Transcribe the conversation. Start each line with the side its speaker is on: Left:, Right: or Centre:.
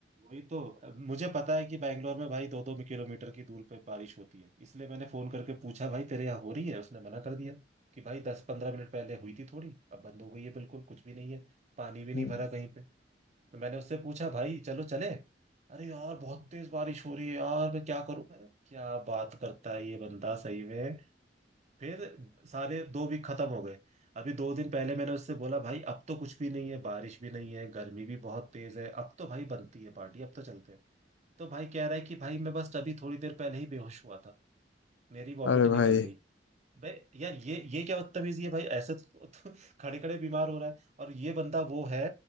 Right: वही तो अब मुझे पता है कि बैंगलोर में भाई दो दो किलोमीटर की दूर पे बारिश होती है इसलिए मैंने फोन करके पूछा भाई तेरे यहाँ हो रही है उसने मना कर दिया कि भाई दस पंद्रह मिनट पहले हुई थी थोड़ी अब बंद हो गई है बिल्कुल कुछ भी नहीं है पानी भी नहीं
Left: हम्म,
Right: भरा कहीं पे तो मैंने उससे पूछा भाई चलो चले अरे यार बहुत तेज बारिश हो रही है यार मैं क्या करूं मैंने क्या बात करता है ये बंदा सही में फिर सारे दो वीक खत्म हो गए अभी दो दिन पहले मैंने उससे बोला भाई अब तो कुछ भी नहीं है बारिश भी नहीं है गर्मी भी बहुत तेज है अब तो भाई बनती है पार्टी अब तो चलते हैं तो भाई कह रहा है कि भाई मैं बस अभी थोड़ी देर पहले ही बेहोश हुआ था मेरी वॉमिट
Left: अरे भाई
Right: निकल गई बे यार ये ये क्या बदतमीजी है भाई ऐसे तो, तो तो खड़े खड़े बीमार हो रहा है और ये बंदा वो है